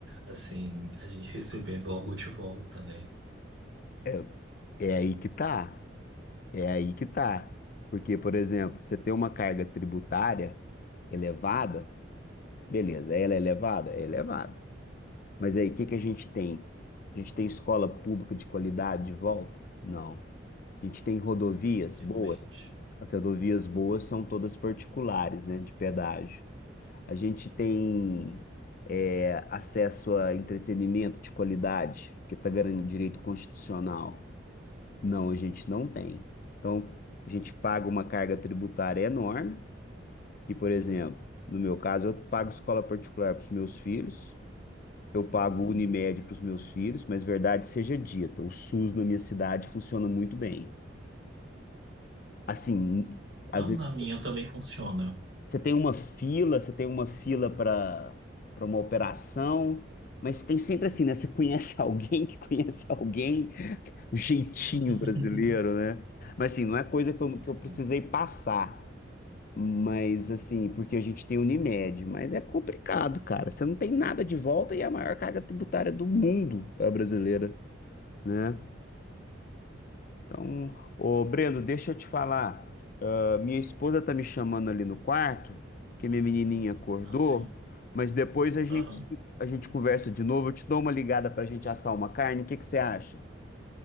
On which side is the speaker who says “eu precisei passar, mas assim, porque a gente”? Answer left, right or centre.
Left